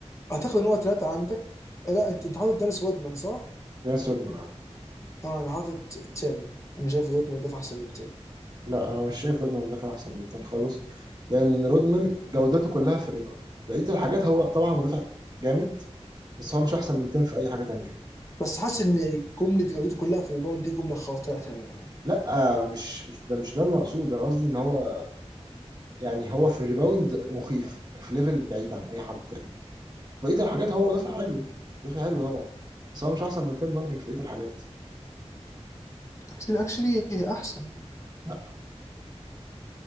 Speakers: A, on the left (about 25°); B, on the right (about 35°).
A: اعتقد ان هو ثلاثة عندك لا انت انت حاطط داريس وودمان صح؟
B: جايس رودمان آه.
A: اه انا حاطط تيم انا شايف وودمان ده احسن من تيم
B: لا انا مش شايف رودمان مدافع احسن من تين خالص لان رودمان جودته كلها في الريباوند بقيه الحاجات هو طبعا مدافع جامد بس هو مش احسن من تين في اي حاجه تانية
A: بس حاسس ان جملة جودته كلها في الريباوند دي جملة خاطئة تماما
B: لا آه، مش مش ده مش ده اللي مقصود انا قصدي ان هو يعني هو في الريباوند مخيف في ليفل بعيد عن اي حد تاني في بقيه الحاجات هو مدافع حلو مدافع حلو طبعا بس هو مش احسن من تيم دانكن في بقيه الحاجات
A: اكشلي اكشلي احسن
B: لا